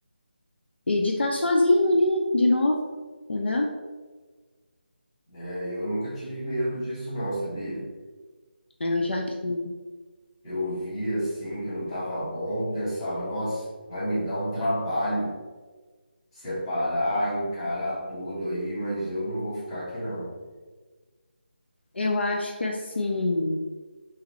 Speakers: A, on the left (about 75°); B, on the left (about 25°).
A: e de estar sozinho ali de novo, entendeu?
B: É, eu nunca tive medo disso não, sabia?
A: É, Eu já tive.
B: Eu via assim que não estava bom, pensava, nossa, vai me dar um trabalho separar, encarar tudo aí, mas eu não vou ficar aqui não.
A: Eu acho que assim,